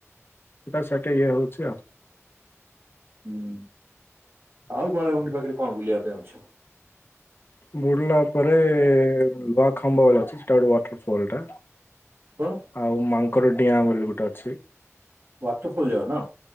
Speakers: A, on the left (about 45°); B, on the right (about 50°).
A: ସେଇଟା ସେଠି ଇଏ ହଉଛି ଆଉ।
B: ହୁଁ ଆଉ ବଳାଗୁଣ୍ଡି ପାଖରେ କଣ ବୁଲିବା ପାଇଁ ଅଛି।
A: ବୁଲିଲା ପରେ ବା ଖମ୍ବା ବଲି ଅଛି ସେଟା ଗୋଟେ ୱାଟର ଫଲ୍ ଟା।
B: <unintelligible>
A: ଆଉ ମାଙ୍କଡ଼ ଡିଆଁ ବୋଲି ଗୋଟେ ଅଛି।
B: ୱାଟରଫଲ ଯାଅ ନା